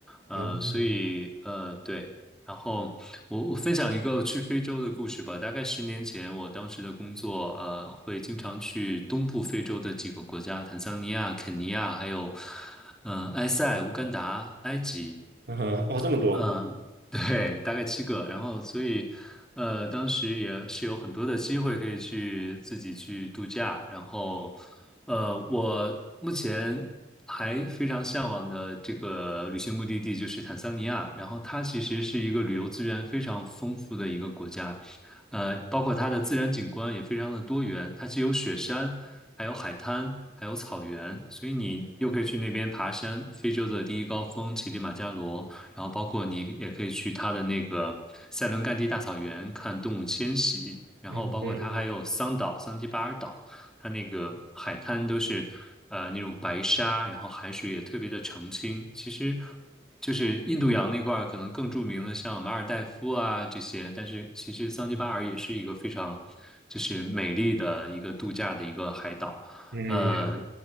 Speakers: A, in the centre; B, on the right.
A: 呃，
B: 嗯
A: 所以呃，对，然后我我分享一个去非洲的故事吧。大概十年前，我当时的工作，呃，会经常去东部非洲的几个国家，坦桑尼亚、肯尼亚，还有，嗯、埃塞、乌干达、埃及。
B: 嗯哼，哦，这么多，
A: 呃，对，大概七个，然后所以，呃，当时也是有很多的机会可以去自己去度假，然后，呃，我目前还非常向往的这个旅行目的地就是坦桑尼亚，然后它其实是一个旅游资源非常丰富的一个国家，呃，包括它的自然景观也非常的多元，它既有雪山，还有海滩。还有草原，所以你又可以去那边爬山，非洲的第一高峰乞力马扎罗，然后包括你也可以去它的那个塞伦盖蒂大草原看动物迁徙，然后包括它还有桑岛、
B: 嗯嗯
A: 桑吉巴尔岛，它那个海滩都是呃那种白沙，然后海水也特别的澄清。其实就是印度洋那块儿可能更著名的像马尔代夫啊这些，但是其实桑吉巴尔也是一个非常就是美丽的一个度假的一个海岛。
B: 嗯，
A: 呃，